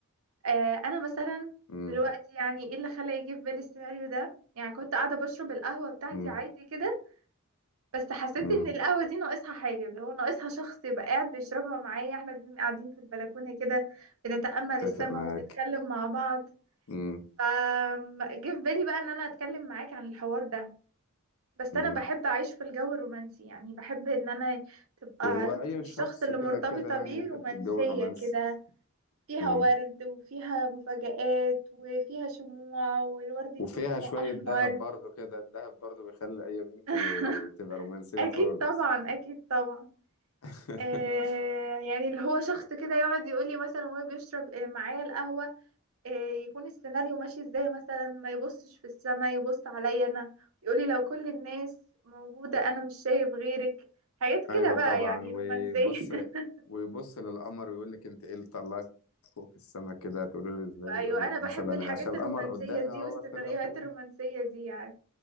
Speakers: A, on the right; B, on the left.
A: آه انا مثلا
B: امم
A: دلوقتي يعني ايه اللي خلى يجي في بالي السيناريو ده يعني كنت قاعدة بشرب القهوة بتاعتي
B: امم
A: عادي كده بس حسيت
B: امم
A: ان القهوه دي ناقصها حاجه اللي هو ناقصها شخص يبقى قاعد بيشربها معايا احنا الاتنين قاعدين في البلكونه كده بنتامل السما
B: اتفق معاك
A: وبنتكلم مع بعض
B: امم
A: ف جه في بالي بقى ان انا اتكلم معاك عن الحوار ده بس
B: امم
A: انا بحب اعيش في الجو الرومانسي يعني بحب ان انا تبقى
B: هو
A: علاقتي
B: اي
A: بالشخص
B: شخص
A: اللي
B: كده
A: مرتبطه
B: كده يعني
A: بيه
B: يحب
A: رومانسيه
B: الجو الرومانسي
A: كده فيها
B: امم
A: ورد وفيها مفاجآت وفيها شموع والورد يكون
B: وفيها
A: لونه
B: شوية
A: احمر
B: دهب برضو كده الدهب برضو بيخلي اي بنت
A: <laughs>
B: تبقى رومانسية
A: اكيد
B: خالص
A: طبعا اكيد طبعا
B: <laughs>
A: آه يعني اللي هو شخص كده يقعد يقول لي مثلا وهو بيشرب آه، معايا القهوة آه يكون السيناريو ماشي ازاي مثلا ما يبصش في السما يبص عليا انا يقول لي لو كل الناس موجودة انا مش شايف غيرك حاجات كده
B: ايوه
A: بقى
B: طبعا
A: يعني
B: وبص
A: رومانسية <laughs>
B: ويبص للقمر ويقول لك انت ايه اللي طلعت فوق في السماء كده تقول له ازاي
A: ايوه
B: يقول لك
A: انا بحب
B: مثلا
A: الحاجات
B: عشان القمر
A: الرومانسية
B: قدامي
A: دي
B: اهو
A: والسيناريوهات
B: طلع فوق
A: الرومانسية دي يعني